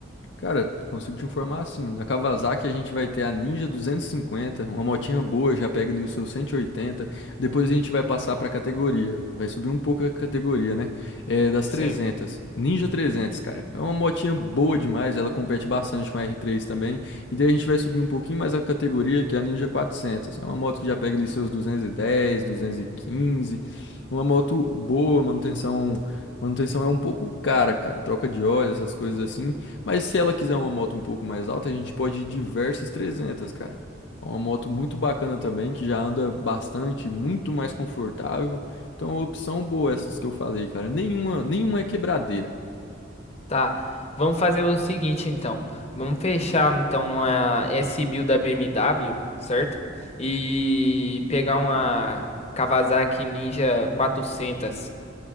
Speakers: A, on the left (about 60°); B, on the left (about 35°).
A: Cara, consigo te informar assim, da Kawasaki a gente vai ter a Ninja 250, uma motinha boa, já pega ali o seu 180, depois a gente vai passar para a categoria, vai subir um pouco a categoria, né? É, das
B: Sim.
A: 300, Ninja 300, cara, é uma motinha boa demais, ela compete bastante com a R3 também, e daí a gente vai subir um pouquinho mais a categoria, que é a Ninja 400, é uma moto que já pega ali seus 210, 215, uma moto boa, manutenção... Manutenção é um pouco cara, cara. Troca de óleo, essas coisas assim. Mas se ela quiser uma moto um pouco mais alta, a gente pode ir de Versys 300, cara. É uma moto muito bacana também, que já anda bastante, muito mais confortável. Então, é uma opção boa essas que eu falei, cara. Nenhuma, nenhuma é quebradeira.
B: Tá, vamos fazer o seguinte então. Vamos fechar então numa s mil da BMW, certo? E pegar uma Kawasaki Ninja 400,